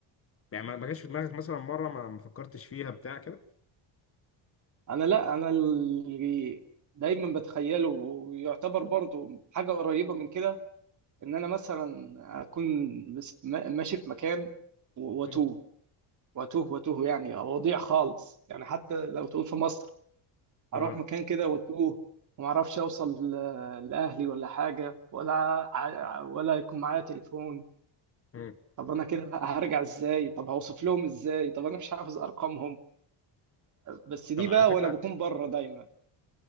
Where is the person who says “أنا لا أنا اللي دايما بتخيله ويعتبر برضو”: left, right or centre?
Right